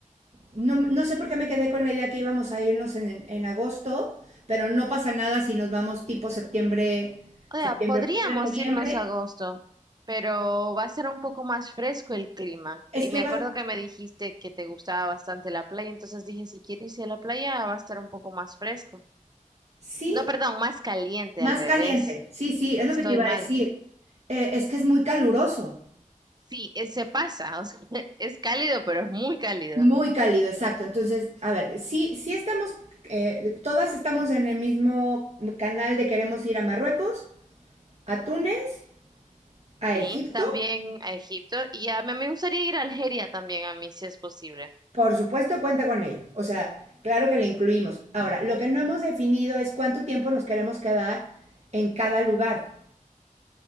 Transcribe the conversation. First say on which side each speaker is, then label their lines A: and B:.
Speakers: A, on the right; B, on the right.
A: no, no, sé por qué me quedé con la idea que íbamos a irnos en, en agosto, pero no pasa nada si nos vamos tipo septiembre,
B: O
A: septiembre,
B: sea, podríamos
A: octubre, noviembre.
B: irnos a agosto, pero va a ser un poco más fresco el clima.
A: Es
B: Y
A: que
B: me
A: va,
B: acuerdo que me dijiste que te gustaba bastante la playa, entonces dije, si quieres ir a la playa, va a estar un poco más fresco.
A: sí,
B: No, perdón, más caliente
A: más
B: al revés.
A: caliente. Sí, sí, es lo
B: Estoy
A: que te iba
B: mal.
A: a decir. Eh, es que es muy caluroso,
B: Sí, eh, se pasa, o sea, <laughs> es cálido, pero es muy cálido.
A: muy cálido, exacto. Entonces, a ver, sí, sí estamos, eh, todas estamos en el mismo canal de queremos ir a Marruecos a Túnez, a
B: Sí,
A: Egipto,
B: también a Egipto y a mí me gustaría ir a Algeria también a mí si es posible.
A: por supuesto cuenta con ello. O sea, claro que le incluimos. Ahora, lo que no hemos definido es cuánto tiempo nos queremos quedar en cada lugar.